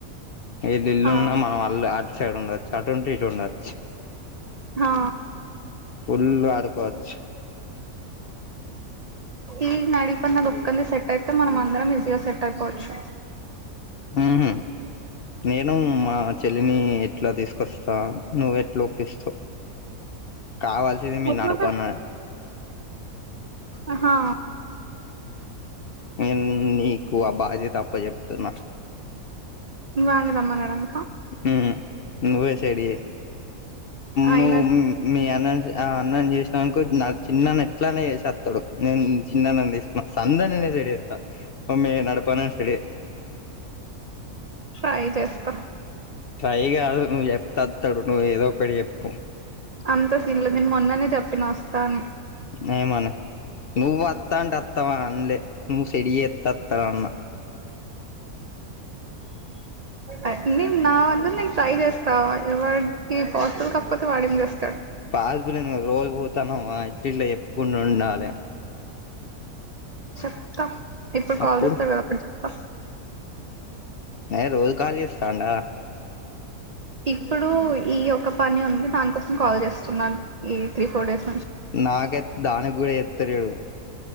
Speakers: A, on the left; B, on the right.
A: ఏది ఇల్లున్నా
B: ఆ
A: మనం వాళ్ళు అటు సైడ్ ఉండొచ్చు అటు ఉంటే ఇటు ఉండొచ్చు
B: హా
A: ఫుల్ ఆడుకోవచ్చు
B: ఈ నడిపన్న లుక్ అంది సెట్ అయితే మనం అందరం ఈజీగా సెట్ అయిపోవచ్చు
A: ఉహూ నేను మా చెల్లిని ఎట్లా తీసుకొస్తా నువ్వెట్లా ఒప్పిస్తావు కావాల్సింది మీ
B: మొత్తం
A: నడపన్న
B: ఆహా
A: నేను నీకు ఆ బాధ్యత అప్పచెప్తున్నా
B: వాంగదమ్మనడం
A: ఊ నువ్వే సైడ్ చెయ్
B: ఆయన
A: నువు ఉన్న మీ అన్న ఆ అన్నన్ని చేసినాకో చిన్నన్న ఎట్లనే చేస స్తాడు నేను చిన్నన్న తీసుకున్నా సందని లేదు ఎత్తా మమ్మే నపనా సలి
B: ట్రై చేస్తా
A: టై కాదు నువ్వు చెప్త అస్తాడు నువ్వు ఏదో ఒకటి చెప్పు
B: అంత సీన్లో దీని మొన్ననే చెప్పిన వస్తా అని
A: న మన నువ్వు వత్తాంటత్తవా అన్నలే నువ్వు చెడి ఎత్తత్త అన్న
B: అ నేను నా అంద నేను ట్రై చేస్తా ఎవరికి పోస్లు కాకపోతే వాడింది చేస్తా
A: పాస్పులేను రోజు పోతాను ఇట్ ఇట్లా చెప్పుకుంటూ ఉండాలి
B: చెప్తా ఇప్పుడు కాల్
A: అప్పుడు
B: చేస్తారు కదా చెప్తా
A: న రోజు కాల్ చేస్తాండా
B: ఇప్పుడు ఈ ఒక పని ఉంది దానికోసం కాల్ చేస్తున్నాను ఈ త్రీ ఫోర్ డేస్ నుంచి
A: నాకైతే దానికి కూడా ఎత్తలేడు